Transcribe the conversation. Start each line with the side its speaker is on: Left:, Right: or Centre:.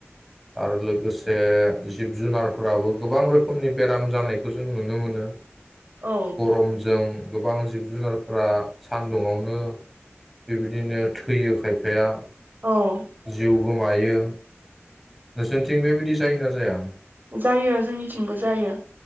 Centre: आरो लोगोसे जिब जुनारफोराबो गोबां रोखोम रोखोमनि बेराम जानायखौ जों नुनो मोनो
Right: औ
Centre: गरमजों गोबां जिब जुनारफ्रा सानदुंआवनो बेबायदिनो थैयो खायफाया
Right: औ
Centre: जिउ गो मायो नोसोरनिथिं बेबायदि जायोना जाया
Right: जायो जोंनिथिंबो जायो